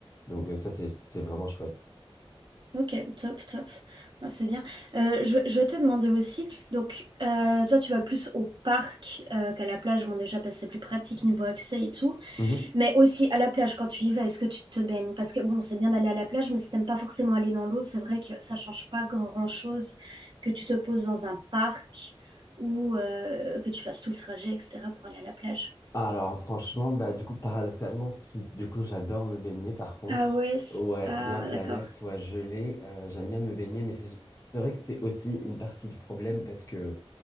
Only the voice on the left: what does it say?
donc euh, ça c'est c'est vraiment chouette.
Ouais.
Alors franchement, bah du coup paradoxalement, si du coup j'adore me baigner par contre,
ouais,
bien que
la mer soit gelée, euh, j'aime bien me baigner, mais c'est c'est vrai que c'est aussi une partie du problème parce que